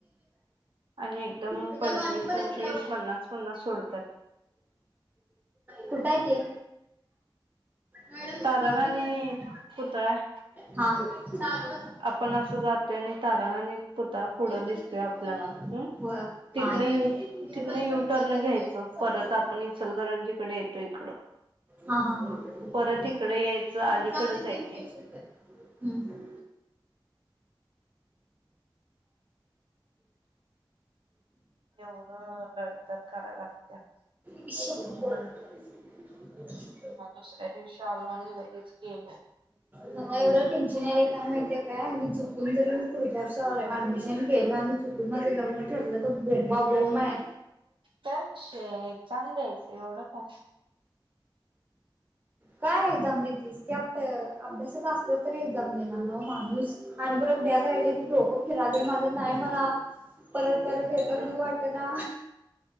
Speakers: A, on the right; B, on the right.
A: आणि एकदम
B: उद्या
A: पंचवीस
B: बारापर्यंत
A: पंचवीस पन्नास पन्नास सोडतात
B: कुठंय ते मॅडम मिटिंगला
A: ताराराणी
B: गेले
A: पुतळा आहे
B: हा वाजता.
A: आपण असं जातो आणि ताराराणी पुतळा
B: ते पण
A: दिसतोय
B: कन्फर्म
A: आपल्याला
B: नाही.
A: ह
B: हो हा. ते
A: तिथन तिथन
B: कधी
A: युटर्न
B: संपेल त्याच
A: घ्यायचं
B: काही सांगू
A: परत
B: शकत नाही.
A: आपण इचलकरंजीकडे येतो इकडं
B: हा हा
A: परत
B: तुमच्या
A: इकडे यायचं अलीकडच
B: आधी
A: आहे
B: तीन
A: ते
B: पेशंट आहे <unintelligible>
A: एवढं लढतर करायला लागत्या
B: <unintelligible> विश <unintelligible>
A: दुसऱ्या दिवशी आला आणि लगेच गेला
B: मला एवढं टेन्शन आलंय का माहिती आहे का मी चुकून जरन पुुढच्या वर्षी आले अडमीशन केलं आणि चुकून माझ लग्न ठरलं तर बोंबा बोंब आहे
A: त्या एक्झाम द्यायच एवढं का
B: काय एक्जाम बतीस त्या अभ्यासात असत एक्झाम देणार माणूस आणि परत बॅक राहिले की बोंब माझ नाही मला परत परत हे तर घेऊ वाट ना